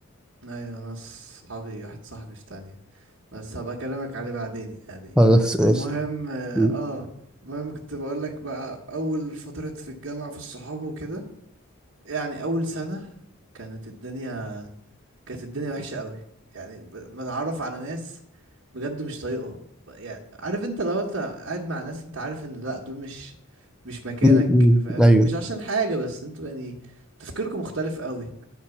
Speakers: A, on the right; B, in the centre.
A: ايوه ناس صحابي واحد صاحبي في تانية بس هبقى اكلمك عليه بعدين يعني
B: خلاص ماشي
A: المهم اه
B: أمم،
A: آه، المهم كنت بقول لك بقى اول فترة في الجامعة في الصحاب وكده يعني اول سنة كانت الدنيا كانت الدنيا وحشة قوي يعني ب- متعرف على ناس بجد مش طايقهم يعني عارف انت لو انت قاعد مع ناس انت عارف ان لا دول مش مش مكانك
B: أمم، أمم.
A: فاهم
B: ايوه
A: مش عشان حاجة بس انتوا يعني تفكيركم مختلف قوي